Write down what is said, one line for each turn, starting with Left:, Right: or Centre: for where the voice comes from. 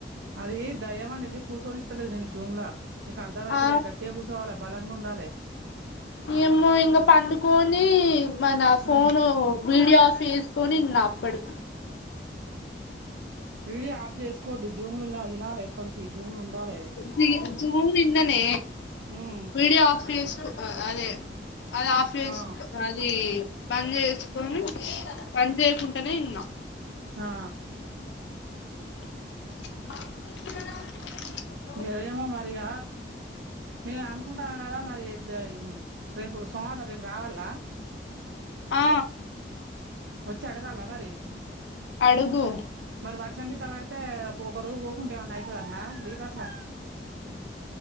Right: అది దయ్యం అనేది కూర్సోనిత్తలేదు నిన్ను జూమ్లా, నీకు అర్ధం అయితలే
Left: ఆ
Right: గట్టిగా కూర్స్ చోవాలే, బలంగా ఉండాలే.
Left: ఏమో ఇంగా పండుకొని, మన ఫోను
Right: ఉమ్
Left: వీడియో ఆఫీస్ కొనీనా అప్పాడుకు
Right: వీడియో ఆఫ్ జేసుకోవద్దు, జూమ్రీనా ఇనాలే. ఎప్పటికి జూమ్లా ఉండాలే.
Left: జీ, జూమ్ ఇన్ననే,
Right: ఉమ్
Left: వీడియో ఆఫ్ చేస్కు ఆ అదే, అది హాఫ్ చేస్కు
Right: ఆ
Left: అది పని జేసుకొని, పని జేయకుంటానే ఇన్నా.
Right: హా
Left: <inaudible>
Right: ఇగ ఏమో మరి ఇగ నేను అనుకుంటాన్న కదా మరి, ఇద్ రేపు సోమవారం రేపు రావాల.
Left: ఆ
Right: ఒచ్చి అడగాల మరి.
Left: అడుగు
Right: మరి వర్షం గిట్ల వాడ్తే పో ఒక రోజు పోకుంటే ఏమన్నా అయితాదట్న లీప్ అట్ల.